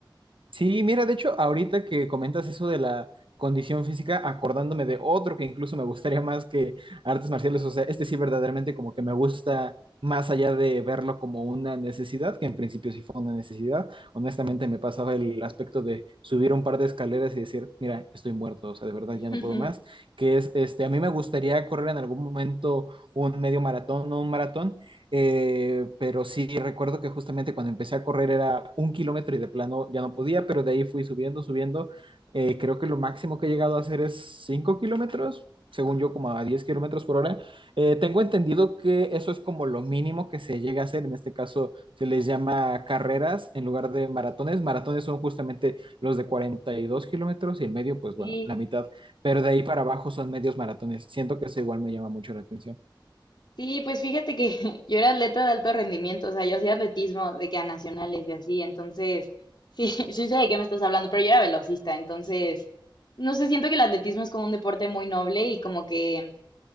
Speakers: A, on the right (about 80°); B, on the left (about 60°).
A: Sí, mira, de hecho, ahorita que comentas eso de la condición física, acordándome de otro que incluso me gustaría más que artes marciales, o sea, este sí verdaderamente como que me gusta más allá de verlo como una necesidad, que en principio sí fue una necesidad, honestamente me pasaba el aspecto de subir un par de escaleras y decir, mira, estoy muerto, o sea, de verdad
B: <laughs>
A: ya no puedo más, que es, este, a mí me gustaría correr en algún momento un medio maratón o un maratón, eh, pero sí, recuerdo que justamente cuando empecé a correr era un kilómetro y de plano ya no podía, pero de ahí fui subiendo, subiendo. Eh, creo que lo máximo que he llegado a hacer es 5 kilómetros, según yo, como a 10 kilómetros por hora. Eh, tengo entendido que eso es como lo mínimo que se llega a hacer. En este caso se les llama carreras en lugar de maratones. Maratones son justamente los de 42 kilómetros y el medio, pues
B: Sí,
A: bueno, la mitad. Pero de ahí para abajo son medios maratones. Siento que eso igual me llama mucho la atención.
B: Sí, pues fíjate que <laughs> yo era atleta de alto rendimiento, o sea, yo hacía atletismo de que a nacionales y así, entonces sí, <laughs> sí sé de qué me estás hablando, pero yo era velocista, entonces no sé, siento que el atletismo es como un deporte muy noble y como que